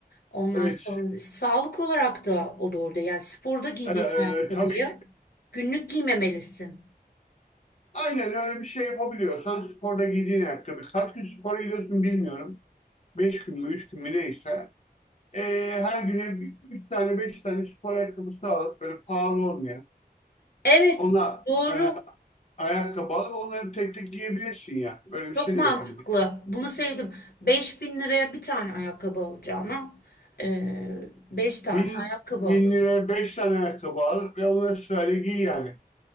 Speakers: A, on the left; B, on the left.
A: Ondan
B: evet.
A: sonra sağlık olarak da o doğru. değil. Yani sporda giydiğin
B: Ee,
A: ayakkabıyı
B: tabii
A: günlük giymemelisin.
B: Aynen öyle bir şey yapabiliyorsan sporda giydiğin ayakkabı. Kaç gün spora gidiyorsun bilmiyorum. Beş gün mü, üç gün mü neyse. Ee, her güne bir- üç tane, beş tane spor ayakkabısı alıp böyle pahalı olmayan
A: Evet,
B: ona
A: doğru.
B: e, ayakkabı alıp onları tek tek giyebilirsin ya. Böyle bir şey
A: Çok mantıklı.
B: de yapabilirsin.
A: Bunu sevdim. beş bin liraya bir tane ayakkabı alacağına e, 5 tane
B: Bin,
A: ayakkabı
B: bin
A: alır.
B: liraya beş tane ayakkabı al ve onları sırayla giy yani.